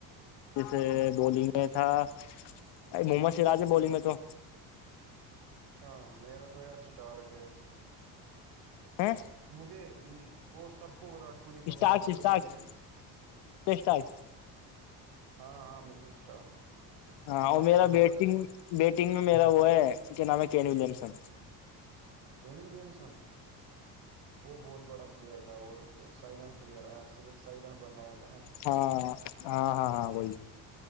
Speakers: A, on the left; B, on the right.
A: جیسے بولنگ میں تھا ا محمد سراج ہے بولنگ میں تو
B: اچھا میرا تو یار سٹار کیا ہے
A: ہ
B: مجھے وہ سب کو وراٹ ہی پسند
A: اسٹارک
B: ہے مگر
A: اسٹارک
B: مجھے
A: اسٹارک
B: ہاں ہاں مچل اسٹاک
A: ہاں
B: وہ
A: اور
B: آسٹریلیا
A: میرا بیٹنگ
B: کا
A: بیٹنگ میں میرا وہ ہے کیا نام ہے کین ولیمسن
B: کین ولیمسن وہ بہت بڑا پلیئر تھا اور سائیلینٹ پلیئر آیا سائیلینٹ بند آیا
A: ہاں ہاں ہاں ہاں وہی